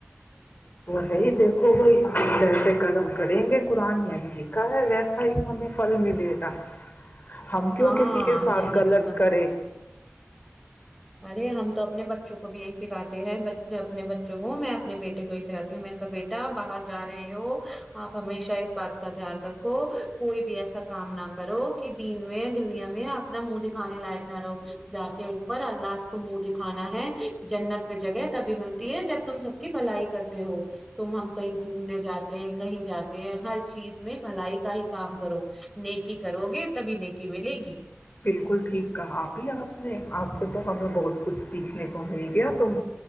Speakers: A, on the left; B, in the centre.
A: صائی دیکھو بھائی جیسے قدم کریں گے قرن میں بھی لھا ہے ویسا ہی ہمیں پھل ملے گا ہم کیوں
B: ہاں
A: کسی کے ساتھ
B: یہی
A: غلط
B: تو سب
A: کریں
B: ارے ہاں تو اپنے بچوں کو بھی یہی سکھاتے ہیں ب اپنے بچوں کو میں اپنے بیٹے بیے کوئی سکھی ہو میں کا بیٹا باہر ج رہے ہو آپ ہمیشہ اس بات کو کا دھیان رکھو کوئی بھی ایسا کام نہ کرو کہ دین میں دنیا میں اپنا منہ دکھانے لائق نہ رہو جا کے اوپر اللہ کو منہ دکھانا ہے جنت میں جگہ تبھی ملتی ہے جب تم سب کی بھلائی کرتے ہو تم ہم کہیں گھومنے جاتے ہیں کہیں جاتے ہیں ہر چیز میں بھلائی کا ہی کام کرو نیکی کرو گے تبھی نیکی ملے گی
A: بالکل ٹھیک کہا آپ ہی آپ نے آپ سے تو ہمیں بہت کچھ سیکھنے کو مل گیا تم